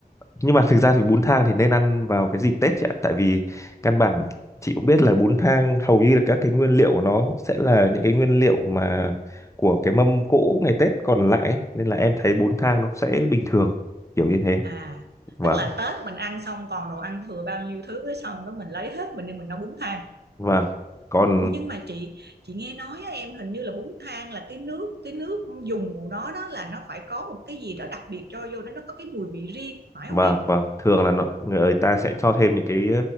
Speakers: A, on the left (about 15°); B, on the right (about 75°).
A: nhưng mà thực ra thì bún thang thì nên ăn vào cái dịp Tết chị ạ tại vì căn bản chị cũng biết là bún thang hầu như là các cái nguyên liệu của nó sẽ là những cái nguyên liệu mà của cái mâm cỗ ngày Tết còn lại ấy. nên là em thấy bún thang nó sẽ bình thường kiểu như thế
B: à
A: vâng
B: tức là Tết mình ăn xong còn đồ ăn thừa bao nhiêu thứ cái xong cái mình lấy hết mình đi mình nấu bún thang
A: vâng còn
B: Ủa nhưng mà chị chị nghe nói á, em hình như là bún thang là cái nước cái nước dùng của nó đó là nó phải có một cái gì đó đặc biệt cho vô nó nó có cái mùi vị riêng phải
A: vâng
B: không em?
A: vâng thường là nó, người ta sẽ cho thêm những cái